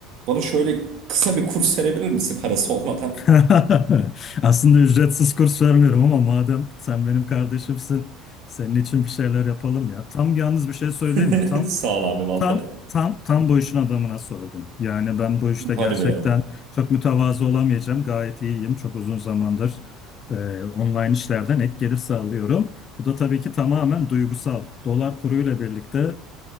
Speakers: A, on the right; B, on the left.
A: Bana şöyle kısa bir kurs verebilir misin parası olmadan?
B: <laughs> Aslında ücretsiz kurs vermiyorum ama madem sen benim kardeşimsin, senin için bir şeyler yapalım ya. Tam yalnız bir şey söyleyeyim
A: <laughs>
B: mi? Tam
A: Sağ ol abi vallahi.
B: tam tam tam bu işin adamına sordum. Yani ben bu işte
A: Hadi
B: gerçekten
A: be.
B: çok mütevazı olamayacağım. Gayet iyiyim. Çok uzun zamandır e, online işlerden ek gelir sağlıyorum. Bu da tabii ki tamamen duygusal. Dolar kuruyla birlikte